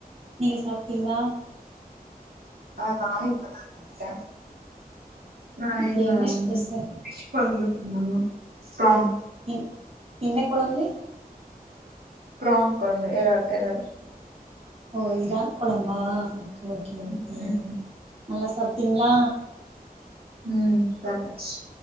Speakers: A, on the right (about 40°); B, on the right (about 75°).
A: நீங்க சாப்ட்டீங்ளா
B: ஆ நானு இப்பதா டா நா
A: அப்டியா
B: இங்க
A: என்ன ஸ்பெஷல்
B: ஃபிஷ் கொழம்பு நாங்க பிரான்
A: என் என்ன கொழம்பு
B: பிரான் கொழம்பு எறால் எறால்
A: ஓ இறால் கொழம்பா கே ஓகே ஓகே
B: ம் ம்
A: நல்லா சாப்ட்டீங்ளா
B: உம் சாப்ட்டாச்சு